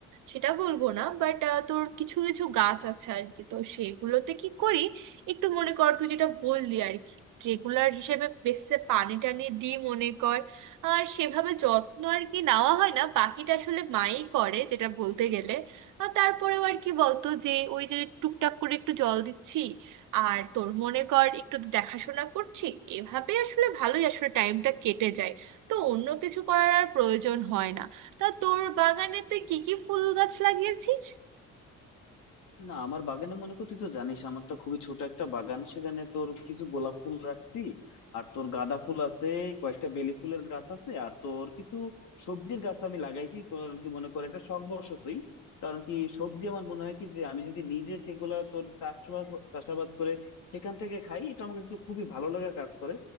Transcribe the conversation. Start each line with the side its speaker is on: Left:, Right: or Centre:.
Right: সেটা বলবো না বাট তোর কিছু কিছু গাছ আছে আর কি তো সেগুলোতে কি করি একটু মনে কর তুই যেটা বললি আর কি রেগুলার হিসেবে বেসে পানি টানি দিই মনে কর আর সেভাবে যত্ন আর কি নেওয়া হয় না বাকিটা আসলে মাই করে যেটা বলতে গেলে আর তারপরেও আর কি বলতো যে ওই যে টুকটাক করে একটু জল দিচ্ছি আর তোর মনে কর একটু দেখাশোনা করছি এভাবে আসলে ভালোই আসলে টাইমটা কেটে যায় তো অন্য কিছু করার আর প্রয়োজন হয় না তা তোর বাগানে তুই কি কি ফুল গাছ লাগিয়েছিস
Left: না আমার বাগানে মনে কর তুই তো জানিস আমার তো খুবই ছোট একটা বাগান সেখানে তোর কিছু গোলাপ ফুল রাখছি আর তোর গাঁদা ফুল আছে কয়েকটা বেলি ফুলের গাছ আছে আর তোর কিছু সবজির গাছ আমি লাগাইছি কারণ কি মনে করে এটা শখ বশতই কারণ কি সবজি আমার মনে হয় কি যে আমি যদি নিজে সেগুলা তোর চাষবাস চাষাবাদ করে সেখান থেকে খাই এটা আমাকে একটু খুবই ভালো লাগা কাজ করে